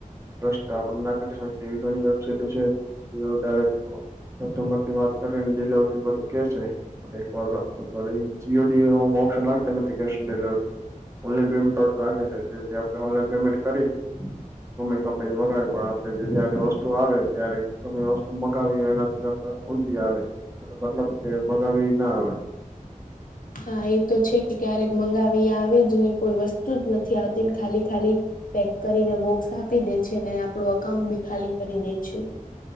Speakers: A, on the right; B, on the left.
A: ટ્રસ્ટ આપડે ના કરી શકીએ એવી ઘણી વેબસાઇટો છે જેઓ ડાયરેક કસ્ટમર થી વાત કરીને ડિલવરી બધું કેશે એકવારના <unintelligible> જીઓડી ઓપ્શન રાખે cash on delivery online payment order રાખે છે જેથી આપણે ઓનલાઈન પેમેન્ટ કરી ગમે કપાઈ મગાવી પણ આપડે જે જયારે વસ્તુ આવે ત્યારે ગમે વસ્તુ મગાવી હોય એના કરતા ઊંધી આવે એટલે મતલબ છે મગાવીએ ના આવે.
B: હા એ તો છે કે ક્યારેક મંગાવી આવે જ નહી કોઈ વસ્તુ જ નથી આવતી ખાલી ખાલી પેક કરીને બોક્સ આપી દે છે અને આપડું અકાઉન્ટ બી ખાલી કરી દે છે.